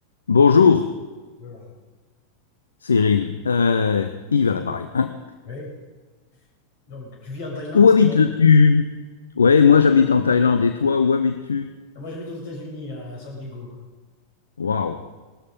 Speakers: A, on the left; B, on the left.
A: Bonjour,
B: Alors,
A: Cyril. Euh, Yves à l'appareil. hein.
B: oui. Donc, tu vis en Thaïlande,
A: Où
B: c'est
A: habites-tu?
B: ça?
A: Ouais, moi j'habite en Thaïlande. Et toi, où habites-tu?
B: Ah, Moi, j'habite aux États-Unis, à San Diego.
A: Waouh,